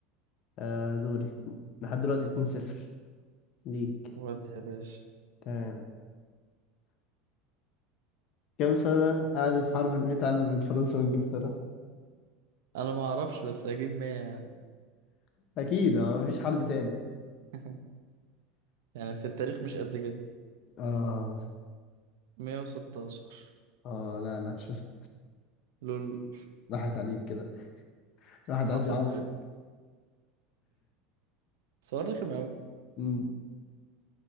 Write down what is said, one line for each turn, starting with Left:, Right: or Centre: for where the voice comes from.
Left: آه دوري لحد دلوقتي 2-0 ليك
Right: ودي يا باشا
Left: تمام كم سنه قعدت حرب المئة عام بين فرنسا وانجلترا
Right: انا ما اعرفش بس اكيد 100 يعني
Left: اكيد اه مفيش حل تاني
Right: <laughs> يعني في التاريخ مش قد كده
Left: اه
Right: 116
Left: اه لا لا شفت
Right: لول
Left: راحت عليك كده الواحد
Right: حصل
Left: عايز يعوض
Right: <laughs> سؤال رخم أوي
Left: مم.